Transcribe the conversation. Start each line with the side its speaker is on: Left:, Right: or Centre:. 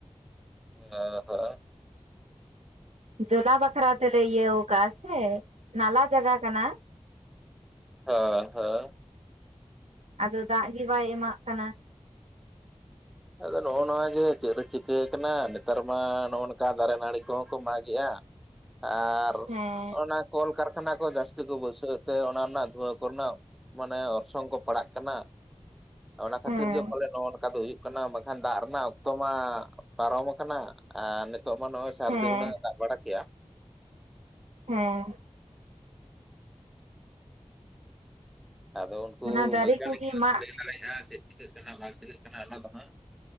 Centre: <unintelligible> ᱦᱮᱸ
Right: ᱡᱚᱞᱟ ᱵᱟᱠᱷᱨᱟ ᱛᱮᱞᱮ ᱤᱭᱟᱹ ᱟᱠᱟᱜ ᱥᱮ ᱱᱟᱞᱟ ᱡᱟᱜᱟ ᱠᱟᱱᱟ᱾
Centre: ᱦᱮ ᱦᱮᱸ
Right: ᱟᱫᱚ ᱫᱟᱜ ᱜᱮ ᱵᱟᱭ ᱮᱢᱟᱜ ᱠᱟᱱᱟ᱾
Centre: ᱟᱫᱚ ᱱᱚᱜᱼᱚ ᱱᱚᱣᱟᱜᱮ ᱪᱮᱫ ᱨᱮ ᱪᱤᱠᱟᱹ ᱠᱟᱱᱟ ᱱᱮᱛᱟᱨ ᱢᱟ ᱱᱚᱜᱼᱚ ᱱᱚᱝᱠᱟ ᱫᱟᱨᱮ ᱱᱟᱹᱲᱤ ᱠᱚᱦᱚᱸ ᱠᱚ ᱢᱟᱜᱮᱜ-ᱟ᱾ ᱟᱨ
Right: ᱦᱮᱸ
Centre: ᱚᱱᱟ ᱠᱚᱞ ᱠᱟᱨᱠᱷᱟᱱᱟ ᱠᱚ ᱡᱟᱹᱥᱛᱤ ᱠᱚ ᱵᱟᱹᱭᱥᱟᱹᱣᱮᱛᱽ ᱛᱮ ᱚᱱᱟ ᱨᱮᱱᱟᱜ ᱫᱷᱩᱣᱟᱹ ᱠᱚᱨᱮᱱᱟᱜ? ᱢᱟᱱᱮ ᱚᱨᱥᱚᱝ ᱠᱚ ᱯᱟᱲᱟᱜ ᱠᱟᱱᱟ ᱚᱱᱟ ᱠᱷᱟᱹᱛᱤᱨ
Right: ᱦᱮᱸ
Centre: ᱜᱮ ᱯᱟᱞᱮ ᱱᱚᱜ-ᱚ ᱱᱚᱝᱠᱟ ᱫᱚ ᱦᱩᱭᱩᱜ ᱠᱟᱱᱟ᱾ ᱵᱟᱠᱷᱟᱱ ᱫᱟᱜ ᱨᱮᱱᱟᱜ ᱚᱠᱛᱚ ᱢᱟ ᱯᱟᱨᱚᱢ ᱟᱠᱟᱱᱟ ᱟᱨ ᱱᱤᱛᱚᱜ ᱢᱟ ᱱᱚᱜ-ᱚᱭ ᱥᱟᱹᱨᱫᱤ
Right: ᱦᱮᱸ
Centre: ᱦᱩᱱᱟᱹᱝ ᱵᱟᱲᱟᱠᱮᱜ-ᱟ
Right: ᱦᱮᱸ᱾
Centre: ᱟᱫᱚ ᱩᱱᱠᱩ
Right: ᱚᱱᱟ ᱫᱟᱨᱮ
Centre: ᱵᱳᱭᱜᱟᱱᱤᱠ
Right: ᱠᱚᱜᱮ
Centre: ᱜᱮ
Right: ᱢᱟᱜ
Centre: ᱠᱚ ᱞᱟᱹᱭ ᱫᱟᱲᱮᱭᱟᱜ ᱪᱮᱫ ᱪᱤᱠᱟᱹᱜ ᱠᱟᱱᱟ ᱵᱟᱝ ᱪᱤᱠᱟᱹᱜ ᱠᱟᱱᱟ ᱚᱱᱟ ᱫᱚ ᱦᱟᱸᱜ᱾